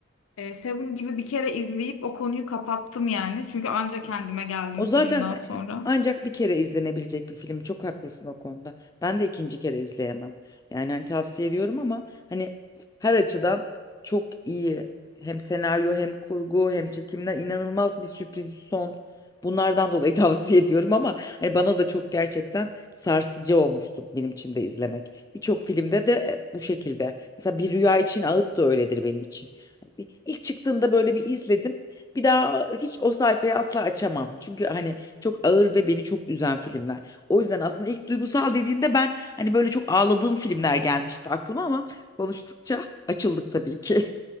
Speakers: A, on the left (about 75°); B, on the left (about 15°).
A: e, Seven gibi bir kere izleyip o konuyu kapattım yani. Çünkü anca kendime geldim
B: O zaten
A: filmden sonra.
B: e, ancak bir kere izlenebilecek bir film. Çok haklısın o konuda. Ben de ikinci kere izleyemem. Yani hani tavsiye ediyorum ama hani her açıdan çok iyi. Hem senaryo hem kurgu hem çekimler inanılmaz bir sürpriz son. Bunlardan dolayı <laughs> tavsiye ediyorum ama hani bana da çok gerçekten sarsıcı olmuştu benim için de izlemek. Birçok filmde de e, bu şekilde. Mesela Bir Rüya için Ağıt da öyledir benim için. Hani, Bir- İlk çıktığında böyle bir izledim. Bir daha hiç o sayfayı asla açamam. Çünkü hani çok ağır ve beni çok üzen filmler. O yüzden aslında ilk duygusal dediğinde ben hani böyle çok ağladığım filmler gelmişti aklıma ama konuştukça açıldık tabii ki.